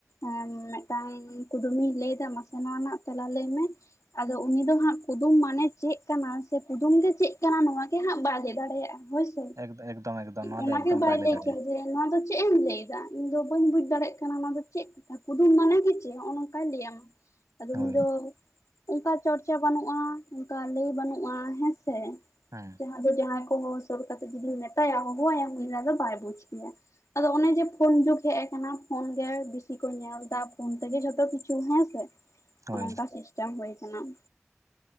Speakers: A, on the left (about 80°); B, on the right (about 80°).
A: ᱮᱸ ᱢᱤᱫᱴᱟᱝ ᱠᱩᱫᱩᱢᱤᱧ ᱞᱟᱹᱭᱫᱟ ᱢᱟᱥᱮ ᱱᱚᱣᱟ ᱨᱮᱱᱟᱜ ᱛᱮᱞᱟ ᱞᱟᱹᱭ ᱢᱮ ᱟᱫᱚ ᱩᱱᱤ ᱫᱚ ᱦᱟᱸᱜ ᱠᱩᱫᱩᱢ ᱢᱟᱱᱮ ᱪᱮᱜ ᱠᱟᱱᱟ ᱥᱮ ᱠᱩᱫᱩᱢ ᱜᱮ ᱪᱮᱜ ᱠᱟᱱᱟ ᱱᱚᱣᱟ ᱜᱮ ᱦᱟᱸᱜ ᱵᱟᱭ ᱵᱟᱭ ᱞᱮᱫᱟᱲᱮᱭᱟᱜᱼᱟ ᱦᱳᱭ ᱥᱮ
B: ᱮᱠᱫᱚᱢ ᱮᱠᱫᱚᱢ ᱮᱠᱫᱚᱢ ᱱᱚᱣᱟ
A: ᱚᱱᱟ
B: ᱫᱚ ᱮᱠᱫᱚᱢ
A: ᱜᱮ ᱵᱟᱭ
B: ᱞᱟᱹᱭ
A: ᱞᱮ
B: ᱫᱟᱲᱮᱭᱟᱜᱼᱟ
A: ᱠᱮᱭᱟ ᱡᱮ ᱱᱚᱣᱟ ᱫᱚ ᱪᱮᱫ ᱮᱢ ᱞᱟᱹᱭ ᱫᱟ ᱤᱧ ᱫᱚ ᱵᱟᱹᱧ ᱵᱩᱡ ᱫᱟᱲᱮᱭᱟᱜ ᱠᱟᱱᱟ ᱱᱚᱣᱟ ᱫᱚ ᱪᱮᱫ ᱠᱩᱫᱩᱢ ᱢᱟᱱᱟᱮ ᱜᱮ ᱪᱮᱫ ᱦᱚᱸᱜᱼᱚᱸ ᱱᱚᱝᱠᱟᱭ ᱞᱟᱹᱭ ᱟᱢᱟ ᱟᱫᱚ ᱩᱱᱤ
B: ᱦᱳᱭ
A: ᱫᱚ ᱚᱱᱠᱟ ᱪᱚᱨᱪᱟ ᱵᱟᱹᱱᱩᱜᱼᱟ ᱚᱱᱠᱟ ᱞᱟᱹᱭ ᱵᱟᱹᱱᱩᱜᱼᱟ ᱦᱮᱸᱥᱮ
B: ᱦᱩᱸ
A: ᱡᱟᱦᱟ ᱫᱚ ᱡᱟᱦᱟᱭ ᱠᱚ ᱦᱚᱦᱚ ᱥᱮᱛ ᱠᱟᱛᱮ ᱡᱩᱫᱤᱢ ᱢᱮᱛᱟᱭᱟ ᱦᱚᱦᱚᱣᱟᱢ ᱩᱱᱤᱫᱚ ᱟᱫᱚ ᱵᱟᱭ ᱵᱩᱡᱽᱠᱮᱭᱟ ᱾ ᱟᱫᱚ ᱚᱱᱮ ᱡᱮ ᱯᱷᱳᱱ ᱡᱩᱜ ᱦᱮᱡ ᱠᱟᱱᱟ ᱾ ᱯᱷᱳᱱ ᱜᱮ ᱵᱤᱥᱤ ᱠᱚ ᱧᱮᱞ ᱫᱟ ᱯᱷᱳᱱ ᱛᱮᱜᱮ ᱡᱷᱚᱛᱚ ᱠᱤᱪᱷᱩ ᱦᱮᱸᱥᱮ
B: ᱦᱳᱭ
A: ᱚᱱᱮ ᱚᱱᱠᱟ ᱥᱤᱥᱴᱮᱢ ᱦᱩᱭ ᱠᱟᱱᱟ ᱾